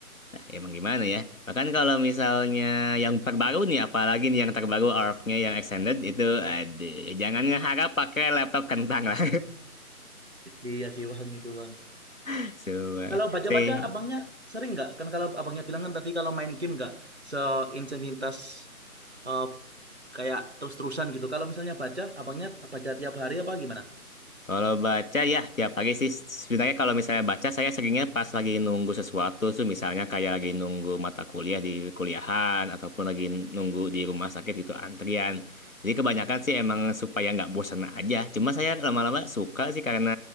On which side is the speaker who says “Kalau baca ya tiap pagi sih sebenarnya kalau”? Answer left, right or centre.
Left